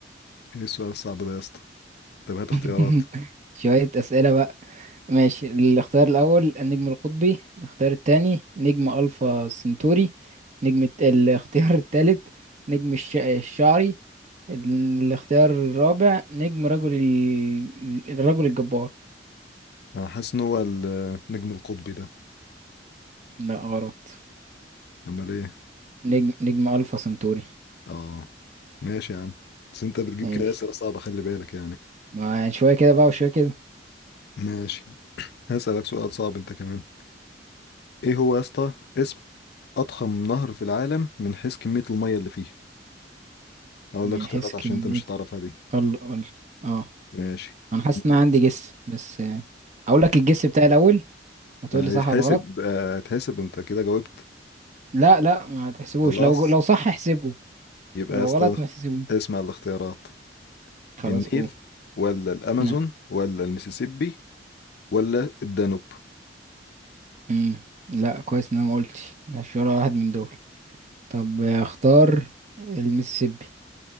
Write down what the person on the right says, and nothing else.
<laughs> شوية أسئلة بقى ماشي الاختيار الأول النجم القطبي الاختيار التاني نجم ألفا سنتوري نجم الت- الاختيار التالت نجم الش... الشعري الاختيار الرابع نجم رجل ال... الرجل الجبار
لا غلط
نجم نجم ألفا سنتوري
ماشي
ما شوية كده بقى وشوية كده
من
حيث كمية
قل قل اه
أنا حاسس
إن أنا عندي جس بس آه، أقول لك الجس بتاعي الأول وتقول
لي صح ولا غلط
لا لا ما تحسبوش
لو لو صح احسبه
لو
غلط ما تحسبوش
خلاص
اوه
ها.
مم. لا كويس ان انا ما قلتش مش ولا واحد من دول طب آه، اختار المسيسيبي